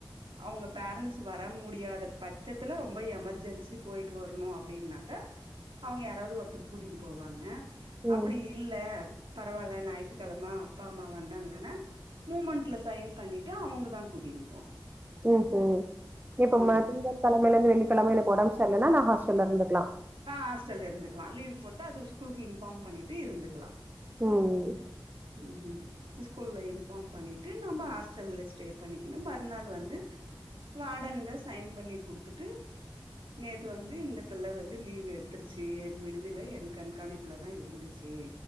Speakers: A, on the right; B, on the right.
A: அவுங்க பேரன்ஸ் வர முடியாத பச்சத்துல ரொம்ப எமர்ஜென்சி போயி ட்டு வர்ணு அப்டின்னாக அவங்க யாராது ஒருத்தர் கூட்டிட்டு போவாங்க
B: ம்
A: அப்டி இல்ல பரவல்ல ஞாயித்து கெழம அப்பா அம்மா வந்தாங்கலானா மூமண்ட்ல சைன் பண்ணிட்டு அவங்க தா கூடிட்டுனு போணு
B: ம் ஹும் இப்ப ம
A: ஆமா
B: திங்க கெழமைலந்து வெள்ளிக்கெழம எனக்கு ஒடம்பு சரி இல்லன்னா நா ஹாஸ்டல்ல இருந்துக்லா
A: ஆ ஹாஸ்டல்ல இருக்கலா லீவ் போட்டு அது ஸ்கூலுக் இன்ஃபார் பண்ணிட்டு இருந்துக்குலா <unintelligible>
B: ம்
A: ம் ம் ஸ்கூல்ல இன்ஃபாம் பண்ணிட்டு நம்ம ஹாஸ்டல்ல ஸ்டே பண்ணிக்கினு மறுநாள் வந்து வாடன்க சைன் பண்ணி குடுத்துட்டு நேத்து வந்து இந்த பிள்ள வ ந்து லீவு எடுத்துர்ச்சு என் விடுதில என் கண்காணிப்புலதா இருந்துச்சி